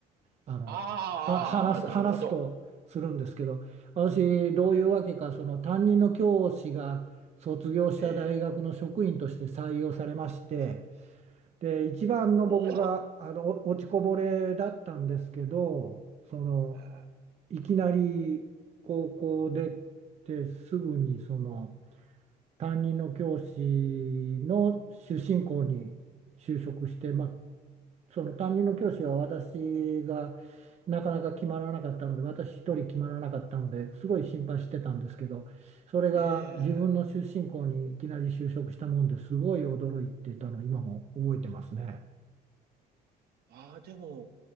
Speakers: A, on the right; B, on the right.
A: あのは話す、
B: あーあー、あーなるほど。
A: 話すとするんですけど私どういうわけかその担任の教師が卒業した大学の職員として採用されまして。
B: ええ、ええ、
A: で、一番の僕があのお落ちこぼれだったんですけど、
B: おお、
A: その
B: え
A: いきなり高校出てすぐにその担任の教師の出身校に就職して、まあ、その担任の教師は私がなかなか決まらなかったので、私一人決まらなかったのですごい心配してたんですけど、それが自分の出身校にいきなり就職したもんですごい驚いてたの今も覚えてますね。
B: え、ええああ、でも、